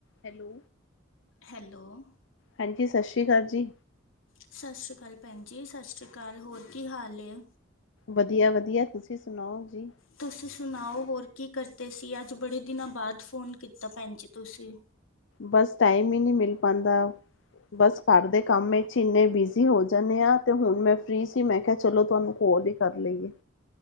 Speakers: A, on the left; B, on the left.
A: Hello
B: hello
A: ਹਾਂਜੀ ਸਤਿ ਸ਼੍ਰੀ ਅਕਾਲ ਜੀ
B: ਸਤਿ ਸ਼੍ਰੀ ਅਕਾਲ ਜੀ ਸਤਿ ਸ਼੍ਰੀ ਅਕਾਲ ਹੋਰ ਕੀ ਹਾਲ ਨੇ
A: ਵਧੀਆ ਵਧੀਆ ਤੁਸੀਂ ਸੁਣਾਓ ਜੀ
B: ਤੁਸੀ ਸੁਣਾਓ ਹੋਰ ਕੀ ਕਰਦੇ ਸੀ ਅੱਜ ਬੜੇ ਦਿਨਾਂ ਬਾਅਦ ਫੋਨ ਕੀਤਾ ਭੈਣ ਜੀ ਤੁਸੀਂ
A: ਬਸ ਟਾਈਮ ਹੀ ਨਹੀ ਮਿਲ ਪਾਉਂਦਾ ਬਸ ਘਰ ਦੇ ਕੰਮ ਵਿੱਚ ਇੰਨੇ ਬਿਜ਼ੀ ਹੋ ਜਾਂਦੇ ਆ ਤੇ ਹੁਣ ਮੈਂ ਫ੍ਰਰੀ ਸੀ ਮੈਂ ਕਿਹਾ ਚਲੋ ਤੁਹਾਨੂੰ ਕੋਲ ਹੀ ਕਰ ਲਈਏ